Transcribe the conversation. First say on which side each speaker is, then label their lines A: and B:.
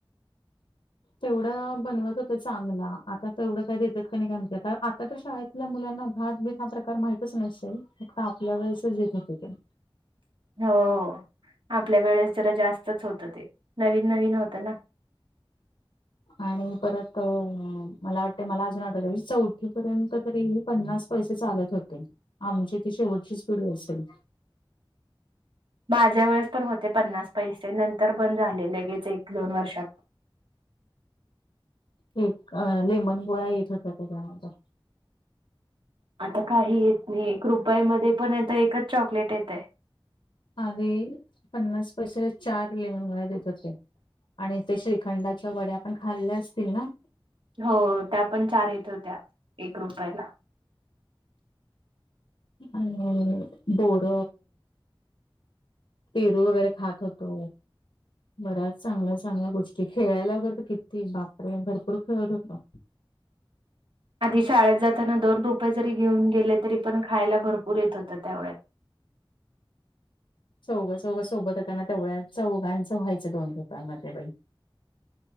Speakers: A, on the right; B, on the left.
A: <inaudible>
B: तेवढं बनवत होतं चांगला आता तेवढं काय देत्यात काय नाही काय माहिती आता तर आता शाळेत आपल्या मुलांना भात भीत हा प्रकार माहितच नसेल फक्त आपल्या वेळेसच देत होत होते
A: हो आपल्या वेळेस जरा जास्तच होतं ते नवीन नवीन होतं ना
B: आणि परत मला वाटते मला अजून आट चौथी पर्यंत तरी, पन्नास पैसे चालत होते आमची ती शेवटची स्पीढ असेल
A: माझ्या वेळेस पण होते पन्नास पैसे नंतर बंद झालेलेगेच एक दोन वर्षात
B: ठीक लेमन गोळा येत होता त्याच्या
A: आता काही येत नाही एक रुपया मध्ये पणता एकच चॉकलेट येत आहे
B: आधी पन्नास पैसेला चार लेमन वळा देत होते आणि ते श्रीखंडाच्या वड्या पण खाल्ल्या असतील ना
A: हो त्या पण चार येत होत्या एक रुपयाला
B: अ बोर पेरू वगैरे खात होतो बऱ्याच चांगल्या चांगल्या गोष्टी खेळायला वगैर तर किती बापरे भरपूर खेळत होत
A: आधी शाळेत जाताना दोन रुपये जरी घेऊन गेले तरी पण खायला भरपूर येत होतं त्यावढ्यात
B: चौगं चौग सोबत होताना तेवढ्या चौघांचं व्हायचं दोन घप म ब